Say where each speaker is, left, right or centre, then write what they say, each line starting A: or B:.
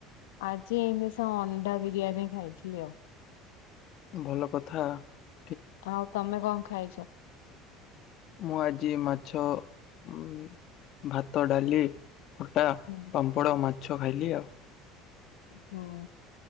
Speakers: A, on the left; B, on the left.
A: ଆଜି? <unintelligible> ଣ୍ଡା ବିରିୟାନୀ ଖାଇଥିଲି ଆଉ।
B: ଭଲ କଥା ।
A: ଆଉ ତମେ କଣ ଖାଇଚ?
B: ମୁଁ ଆଜି ମାଛ ଉଁ ଭାତ ଡାଲି ଖଟା,
A: ହୁଁ
B: ପାମ୍ପଡ଼, ମାଛ, ଖାଇଲି ଆଉ।
A: ହୁଁ